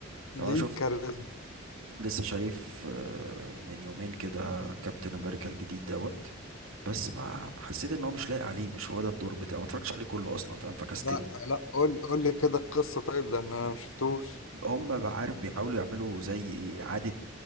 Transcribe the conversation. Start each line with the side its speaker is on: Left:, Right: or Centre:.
Right: طب
Left: ليه
Right: انا شفت
Left: كاريزما
Right: لسه شايف آه، من يومين كده كابتن امريكا الجديد دوت بس ما حسيت ان هو مش لايق عليه مش هو ده الدور بتاعه ما اتفرجتش عليه كله اصلا فاهم فكستله
Left: لا لا قول لي قول لي كده القصه طيب لان انا ما شفتوش
Right: هم بقى عارف بيحاولوا يعملوا زي ايه اعاده